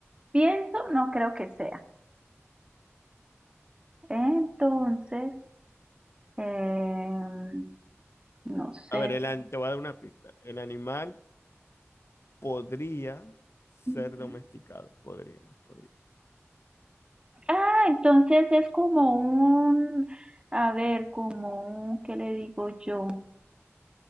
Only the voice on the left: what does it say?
A ver, el an- te voy a dar una pista. El animal podría ser
domesticado. Podría, podría.